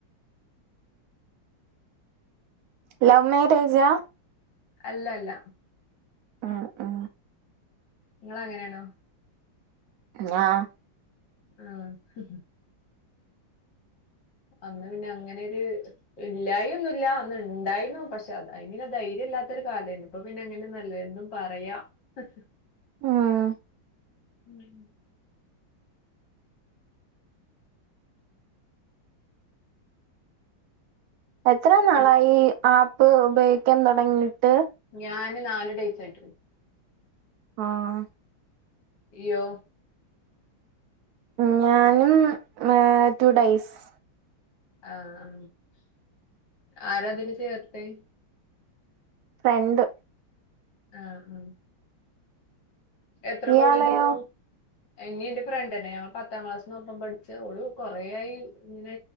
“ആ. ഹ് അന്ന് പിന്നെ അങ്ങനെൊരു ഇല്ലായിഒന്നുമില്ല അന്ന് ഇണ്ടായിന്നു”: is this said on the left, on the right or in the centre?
Left